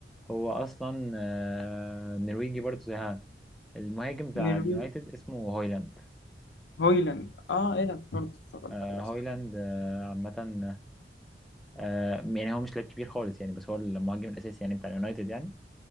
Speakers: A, in the centre; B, on the left.
A: هو اصلا آه نرويجي برضه زي هان المهاجم بتاع
B: نرويج
A: اليونايتد اسمه هويلاند
B: هويلاند اه ايه ده افتكرت افتكرت
A: آه
B: ايوه
A: هويلاند
B: صح
A: آه عامة آه، يعني هو مش لاعب كبير خالص يعني بس هو المهاجم الاساسي يعني بتاع اليونايتد يعني